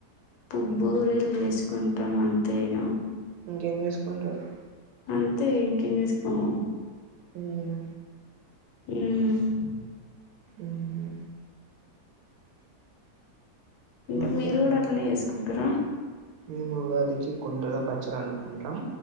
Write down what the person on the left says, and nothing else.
పుబ్్బు రెల్వేస్ తీసుకుంటాం అంతే ఇక
అంతే ఇంకేం చేసుకోము
ఉమ్
ఇంకా
మీరు కూడా అట్లానే చేసుకో క్కర